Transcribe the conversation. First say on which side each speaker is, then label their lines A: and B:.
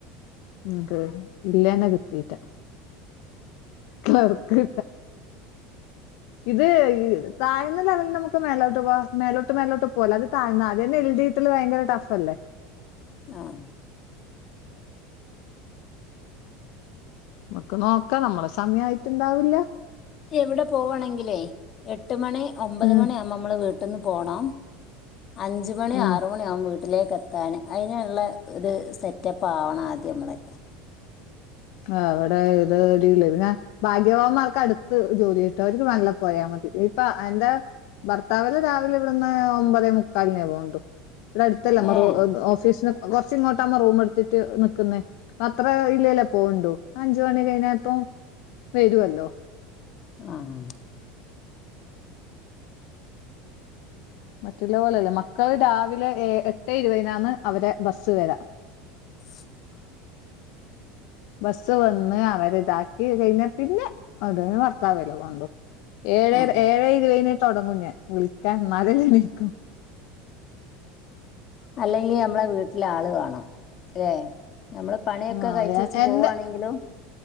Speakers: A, on the left; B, on the left.
A: ങ്ക് ഇല്ലേന കിട്ടീട്ടാ ക്ലർക്ക് ഇത് താഴ്ന്ന ലെവലിന്നമുക്ക് മേലോട്ട് ട്ട് വാ മേലോട്ട് മേലോട്ട് പോല്ല അത് താഴ്ന്നെ അതു തന്നെ എൽ ഡിട്ടൽ ഭയങ്കര ടഫല്ലെ
B: ആഹ്
A: മക്ക് നോക്കാ നമ്മളെ സമയാ യിട്ടുണ്ടാവില്ല
B: എവിടെ പോവാണെങ്കിലേ എട്ട് മണി ഒമ്പത്
A: ഉം
B: മണിആവുമ്പ മ്മള് വീട്ടിന്ന് പോണം അഞ്ച് മണി
A: ഉം
B: ആറ് മണി യാവും വീട്ടിലേക്ക് എത്താന് അയിനുള്ള ഒരു സെറ്റപ്പാവണം ആദ്യമ്മള്
A: ആഹ് അവിടെ ഇത്ടിലേപിന ബാഗ്യവാമ്മാർക്ക് അടുത്ത് ജോലി കിട്ടു അവര്ക്ക് മെല്ലപ്പോയാമതി ഇപ്പൊ എന്താ ഭർത്താവിന് രാവിലെ ഇവിടുന്ന് ഒമ്പതേ മുക്കാലിനേ പോവണ്ടൂ വിടടുത്തല്ലേമറൂമ്
B: ഏഹ്
A: ഓഫീസിന് കൊറച്ചി ങ്ങോട്ടാമ്മ റൂമ് എടുത്തിട്ട് നിക്കുന്നേ അത്ര ഇല്ലലെ പോവണ്ടൂ അഞ്ച് മണി കഴിഞ്ഞാപ്പം വെരുവല്ലോ
B: ആഹ്
A: മറ്റുള്ള പോലെല്ല മക്കള് രാവിലെ എ എട്ടെ ഇരുപതിനാന്ന് അവരെ ബസ് വരാ
B: <inaudible>
A: ബസ്സ് വന്ന് അവരിതാക്കി കയിഞ്ഞാ പിന്നെ അതന് ഭർത്താവല്ലേ വേണ്ടു ഏഴേ
B: ആഹ്
A: ഏഴേരുപതിനേ തൊടങ്ങും ഞാൻ വിളിക്കാൻ ന്നാലല്ലേ എണീക്കൂ
B: അല്ലെങ്കിഅമ്മളെ വീട്ടില് ആള് വേണംല്ലേ നമ്മള് പണിയൊക്കെ
A: ആഹ്
B: കഴിച്ചെച്ച്
A: എന്റെ
B: പോവാണെങ്കിലും